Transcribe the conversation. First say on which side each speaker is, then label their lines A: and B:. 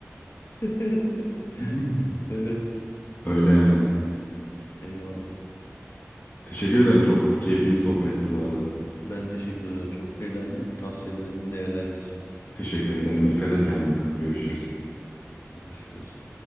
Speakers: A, on the left; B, on the left.
A: <laughs>
B: <laughs>
A: Evet.
B: Öyle yani.
A: Eyvallah.
B: Teşekkür ederim. Çok keyifli bir sohbetti bu arada.
A: Ben teşekkür ederim. Çok eğlendim. Tavsiyelerini değerlendireceğim.
B: Teşekkür ederim. Dikkat et kendine. Görüşürüz.
A: Görüşürüz.